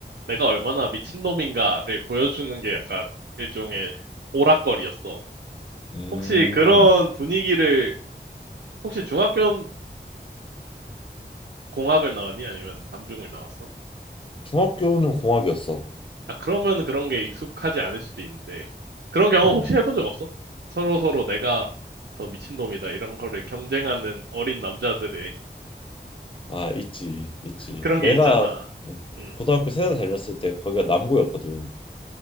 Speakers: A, on the right; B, on the left.
A: 내가 얼마나 미친놈인가를 보여주는 게 약간 일종의 오락거리였어.
B: 음.
A: 혹시 그런 분위기를 혹시 중학교는 공학을 나왔니? 아니면 남중을 나왔어?
B: 중학교는 공학이었어.
A: 아, 그러면 그런 게 익숙하지 않을 수도 있는데, 그런 경험
B: 음.
A: 혹시 해본 적 없어? 서로 서로 내가 더 미친놈이다, 이런 거를 경쟁하는 어린 남자들의
B: 아, 있지, 있지.
A: 그런
B: 내가
A: 게 있잖아.
B: 뭐
A: 음,
B: 고등학교 세대 다녔을 때 거기가 남고였거든.